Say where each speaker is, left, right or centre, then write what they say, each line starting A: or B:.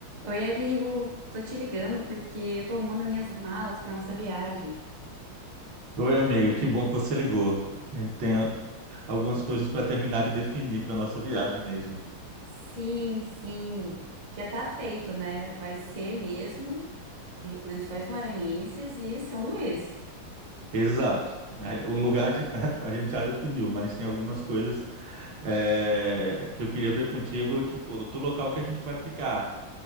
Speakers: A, on the right; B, on the right.
A: Oi, amigo, tô te ligando porque eu tô arrumando minhas malas para nossa viagem.
B: Oi, amiga, que bom que você ligou. A gente tem a- algumas coisas para terminar de definir para nossa viagem mesmo.
A: Sim, sim, já tá feito, né? Vai ser mesmo Vi- Lençóis Maranhenses e São Luís.
B: Exato. Aí, O lugar a gen- <laughs> a gente já definiu, mas tem algumas coisas é, que eu queria ver contigo, tipo, do local que a gente vai ficar.